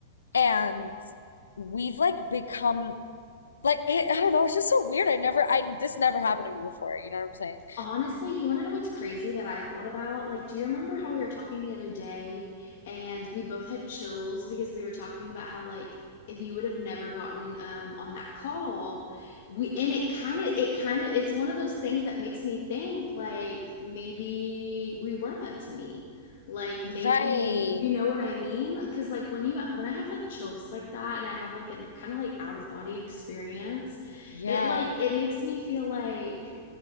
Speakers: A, on the left (about 85°); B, on the left (about 65°).
A: and we've like become like it, I don't know, it's just so weird. I never I this never happened to me before, you know what I'm saying?
B: Honestly, you want to know what's crazy that I thought about? Like, do you remember how we were talking the other day and we both had chills because we were talking about how like if you would have never gotten um on that call, we and it kind of it kind of it's one of those things that makes me think like maybe we were meant to meet. Like maybe
A: Right.
B: you know what I mean? Because, like when you when I have like chills like that and I have like a kind of like out of body experience,
A: Yeah,
B: it like it makes me feel like